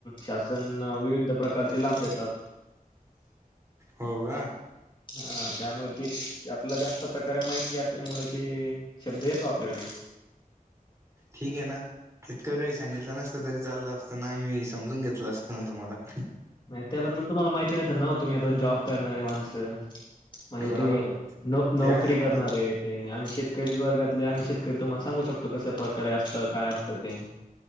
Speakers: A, on the left (about 30°); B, on the right (about 20°).
A: शासन विविध प्रकारचे लाभ देतात
B: हो का
A: हा त्यामुळे ते आपला जास्त प्रकारे माहिती असल्यामुळे ते शब्द येतो आपल्याकडे
B: ठीक आहे ना इतकं काही सांगितलं नसतं तरी चाललं असतं ना आम्ही समजून घेतलं असत ना तुम्हाला
A: नाही त्याबद्दल तुम्हाला माहिती नसेल ना तुम्ही आता जॉब करणारे माणसं म्हणजे
B: हो
A: तुम्ही न नोकरी
B: ते आहे म्हणा
A: करणारे य ते आम्ही शेत शेतकरी वर्गातले आम्ही शेतकरी तुम्हाला सांगू शकतो कश्या प्रकारे असत काय असतं ते